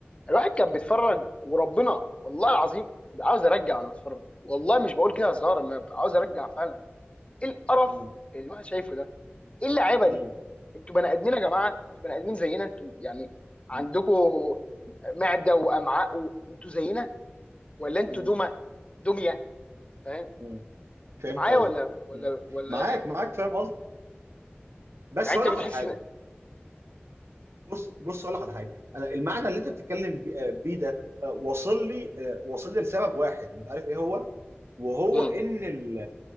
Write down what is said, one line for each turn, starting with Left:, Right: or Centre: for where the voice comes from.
Left: الواحد كان بيتفرج وربنا والله العظيم عاوز ارجع وانا بتفرج والله مش بقول كده هزار أنا عاوز ارجع فعلا ايه القرف
Right: مم.
Left: اللي الواحد شايفه ده ايه اللعيبه
Right: مم.
Left: دي انتوا بني ادمين يا جماعه انتوا بني ادمين زينا انتوا يعني عندكم
Right: مم.
Left: معده وامعاء وانتوا زينا ولا انتوا
Right: مم.
Left: دمى دميه فاهم
Right: مم. فهمت
Left: انت معايا
Right: قصدك
Left: ولا ولا
Right: مم.
Left: ولا
Right: معاك
Left: ايه
Right: معاك فاهم قصدك بس
Left: يعني انت
Right: هقول
Left: بتحس
Right: لك على حاجه
Left: ان
Right: بص بص هقول لك على حاجه انا المعنى اللي انت بتتكلم بي- آه، بيه ده آه، واصل لي آه، واصل لي لسبب واحد انت عارف ايه هو وهو
Left: مم.
Right: ان ال